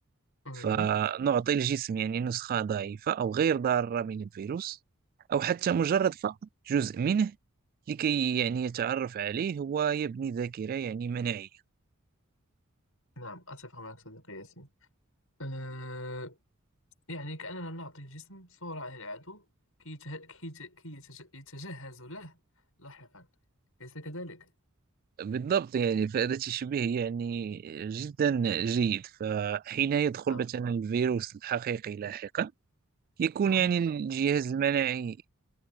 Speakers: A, on the left (about 75°); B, on the right (about 45°).
A: مهم.
B: فنعطي الجسم يعني نسخة ضعيفة أو غير ضارة من الفيروس أو حتى مجرد فقط جزء منه لكي يعني يتعرف عليه ويبني ذاكرة يعني مناعية
A: نعم أتفق معك صديقي ياسين أه يعني كأننا نعطي الجسم صورة عن العدو كي يته... كي يت- كي يتج... يتجهز له لاحقا أليس كذلك؟
B: بالضبط يعني فهذا تشبيه يعني جدا جيد فحين يدخل
A: نعم
B: مثلا الفيروس الحقيقي لاحقا يكون
A: نعم
B: يعني الجهاز المناعي